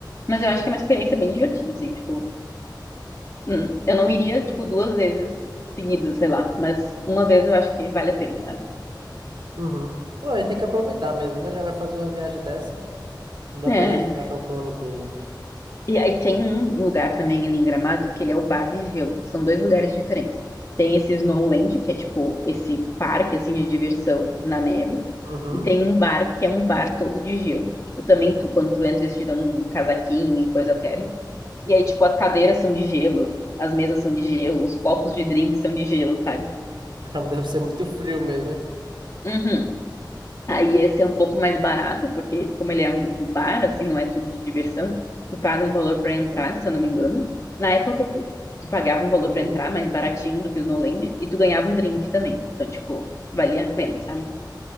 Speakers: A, on the left; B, on the right.
A: mas eu acho que é uma experiência bem divertida, assim, tipo. hum, eu não iria, tipo, duas vezes seguidas, sei lá. Mas uma vez eu acho que vale a pena, sabe?
B: Uhum. Não, a tem que aproveitar mesmo, né? Já vai fazer uma viagem dessa, não dá
A: É.
B: pra gente ficar calculando tudo.
A: E aí tem um lugar também ali em Gramado, que ele é o Bar de Gelo. São dois lugares diferentes. Tem esse Snowland, que é tipo esse parque assim de diversão na neve,
B: Uhum.
A: e tem um bar que é um bar todo de gelo. Tipo, também tu, quando tu entra, eles te dão um casaquinho e coisa térmica. E aí, tipo, as cadeiras são de gelo, as mesas são de gelo, os copos de drink são de gelo, sabe?
B: <laughs> Deve ser muito frio mesmo, hein?
A: Uhum. Aí esse é um pouco mais barato, porque como ele é um bar, assim, não é tudo de diversão, tu paga um valor para entrar, se eu não me engano. Na época que eu fui, tu pagava um valor
B: Uhum.
A: para entrar, mais baratinho do que o Snowland, e tu ganhava um drink também. Então, tipo, valia a pena, sabe?